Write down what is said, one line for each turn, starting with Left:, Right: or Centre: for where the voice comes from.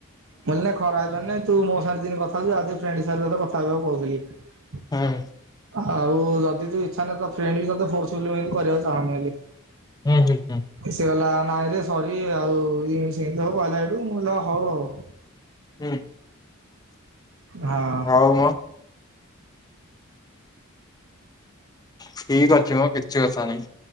Right: ଗଲେ ଖରାପ ଭାବିବନି। <unintelligible> ତୁ ମୋ ସା <unintelligible> ଦିନି କଥା ହୋଉଚୁ ଆଜି ଫ୍ରେଣ୍ଡ ହିସାବରେ କଥା ହେବାକୁ କୋହୁଥିଲି।
Left: ହୁଁ।
Right: ଆଉ ଯଦି ତୁ ଇଚ୍ଛା ନାହିଁ ତ ଫ୍ରେଣ୍ଡ ବି ତତେ ଫୋର୍ସ ଫୁଲି <unintelligible> କରିବାକୁ ଚାହୁଁନି ବୋଲି।
Left: ହୁଁ ହୁଁ ହୁଁ।
Right: ସେ ଗଲା ନାଇଁରେ ସରି ଆଉ ସେମିତି ହବ କହିଲ ଏଠୁ ମୁଁ ହବ ଆଉ।
Left: ହୁଁ।
Right: ହଁ
Left: ହଉ ମ। ଠିକ ଅଛି ମଁ କିଛି କଥା ନାଇଁ।